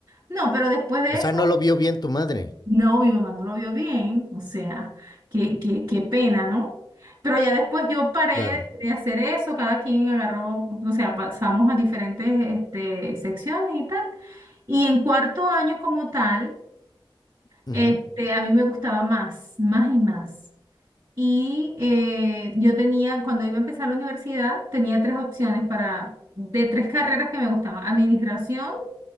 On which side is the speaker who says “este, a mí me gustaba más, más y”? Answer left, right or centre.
Right